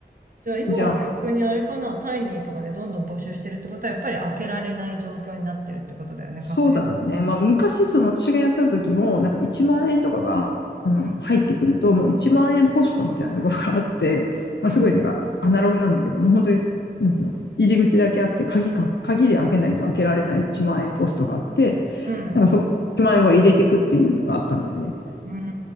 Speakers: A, on the right; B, on the left.
A: じゃあ今は逆にあれかな、
B: じゃん。
A: タイミーとかでどんどん募集してるってことは、やっぱり開けられない状況になってるってことだよね、
B: そうだろうね。
A: 確実に。
B: まあ、昔、その私がやってた時も、なんか1万円とかが、あの、
A: うん、
B: 入ってくると、もう1万円ポストみたいなところがあって、まあ、
A: うん、
B: すごいなんかアナログなんだけど、もう本当に、なんつうの、入り口だけあって、鍵か、鍵で開けないと開けられない1万円ポストがあって、
A: うん。
B: なんかそこに万円は入れてくっていうのがあったんだよね。
A: うー